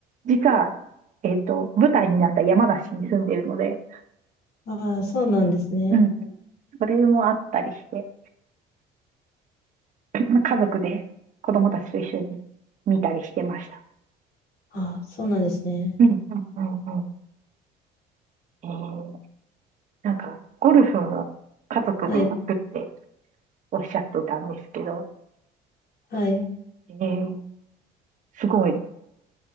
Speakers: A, on the right; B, on the left.
A: 実は、えっと、舞台になった山梨に住んでるので、
B: あ、ああ、そうなんですね。
A: うんうん。それもあったりして、<clears throat> <laughs> 家族で子供たちと一緒に見たりしてました。
B: ああ、そうなんですね。
A: うん、うん、うん、うん。えー、なんか、ゴルフも家族で行くって
B: はい。
A: おっしゃってたんですけど、
B: はい。
A: えー、すごい、